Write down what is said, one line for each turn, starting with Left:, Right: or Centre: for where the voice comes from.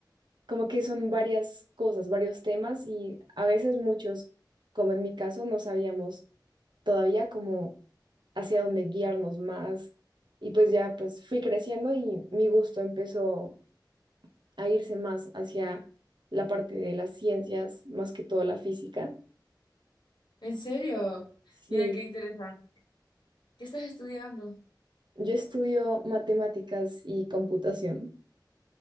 Right: como que son varias cosas, varios temas y a veces muchos, como en mi caso, no sabíamos. todavía como hacia dónde guiarnos más. Y pues ya pues fui creciendo y mi gusto empezó a irse más hacia la parte de las ciencias, más que todo la física.
Left: ¿En serio?
Right: Sí,
Left: Mira qué interesante. ¿Qué estás estudiando?
Right: yo estudio matemáticas y computación,